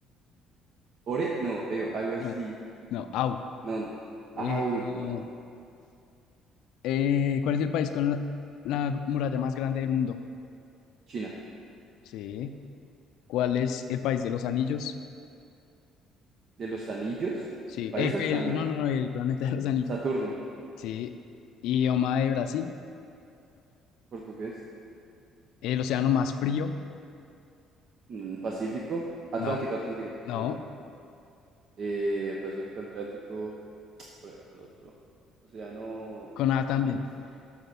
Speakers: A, on the right (about 55°); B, on the left (about 70°).
A: Ore, no, Oreo, algo así.
B: No, no, au.
A: No, no.
B: Eh,
A: Ah, uh, no.
B: eh, ¿cuál es el país con la la muralla más grande del mundo?
A: China.
B: Sí. ¿Cuál es el país de los anillos?
A: De los anillos,
B: Sí.
A: el país
B: El,
A: o el
B: el-
A: planeta.
B: no, no, no, el planeta de los anillos.
A: Saturno,
B: Sí. Idioma de Brasil.
A: portugués.
B: El océano más frío.
A: Mm, Pacífico. Atlántico,
B: No.
A: Atlántico, Atlántico.
B: No.
A: Eh, Pacífico, Atlántico. ¿Cuál era el otro? O sea, no,
B: Con A también.
A: no sé.